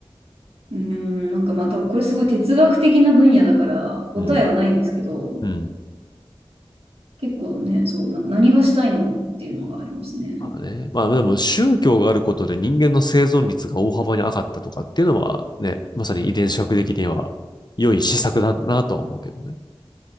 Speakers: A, on the right; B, on the left.
A: うーん、なんかまあ多分これすごい哲学的な分野だから答えはないんですけど、
B: うんうん。
A: 結構ね、そう、な、何がしたいのっていうのがありますね。
B: まあね。まあでも宗教があることで人間の生存率が大幅に上がったとかっていうのはね、まさに遺伝子学的には良い施策だなとは思うけどね。